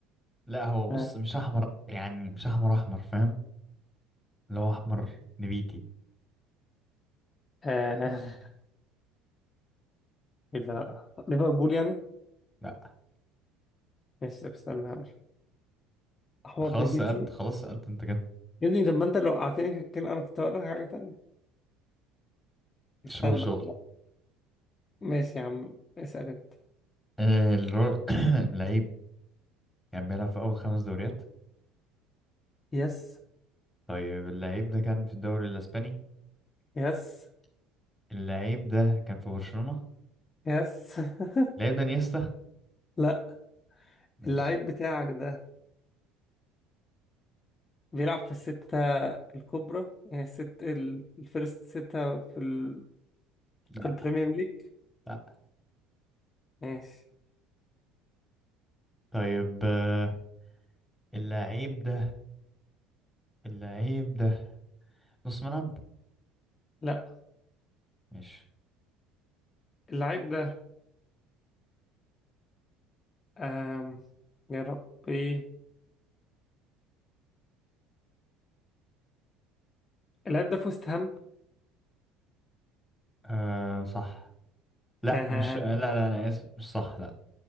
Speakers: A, in the centre; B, on the left.
A: لا هو بص
B: آه.
A: مش احمر يعني مش احمر احمر فاهم اللي هو احمر نبيتي
B: آه. إذا ليفربول يعني؟
A: لا
B: ماشي طب استنى هقول أحمر
A: خلاص
B: نبيتي
A: سألت خلاص سألت انت كده
B: يا ابني طب ما أنت لو قعدتني كان أنا كنت هقول لك حاجة تانية استنى
A: شغل شغل
B: أحمر ماشي يا عم اسأل أنت
A: آه، الر- <clears throat> اللعيب كان بيلعب في أول خمس دوريات
B: يس
A: طيب اللعيب ده كان في الدوري الأسباني
B: يس
A: اللعيب ده كان في برشلونة
B: يس <laughs>
A: اللعيب ده نيستا
B: لا
A: ماشي
B: اللعيب بتاعك ده بيلعب في الستة الكبرى يعني الست ال- الفيرست ستة في ال...
A: لا
B: في البريمير ليج
A: لا
B: ماشي
A: طيب آه، اللعيب ده اللعيب ده نص ملعب
B: لا
A: ماشي
B: اللعيب ده أم... يا ربي اللعيب ده في وست هام
A: آه صح لا
B: <laughs>
A: مش آه، لا لا أنا آسف مش صح لا